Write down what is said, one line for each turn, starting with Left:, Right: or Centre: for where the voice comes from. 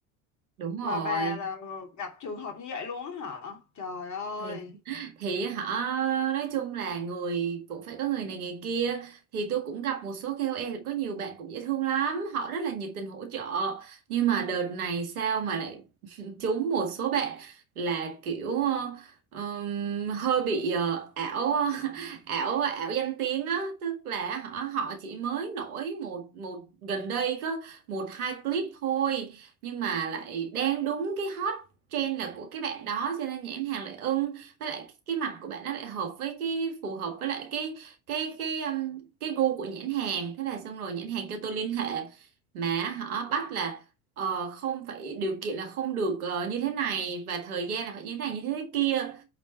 Right: đúng rồi
Left: mà bà là gặp trường hợp như vậy luôn á hả? Trời ơi,
Right: thì thì họ nói chung là người cũng phải có người này người kia thì tôi cũng gặp một số KOL có nhiều bạn cũng dễ thương lắm họ rất là nhiệt tình hỗ trợ nhưng mà đợt này sao mà lại trúng một số bạn là kiểu ờ, ừm, hơi bị ờ, ảo <laughs> ảo ảo danh tiếng á tức là họ họ chỉ mới nổi một một gần đây có một hai clip thôi nhưng mà lại đang đúng cái hot trend là của cái bạn đó cho nên nhãn hàng lại ưng với lại cái, cái mặt của bạn nó lại hợp với cái phù hợp với lại cái cái cái um, cái gu của nhãn hàng thế là xong rồi nhãn hàng kêu tôi liên hệ mà họ bắt là ờ, không phải điều kiện là không được ờ, như thế này và thời gian là phải như thế này như thế kia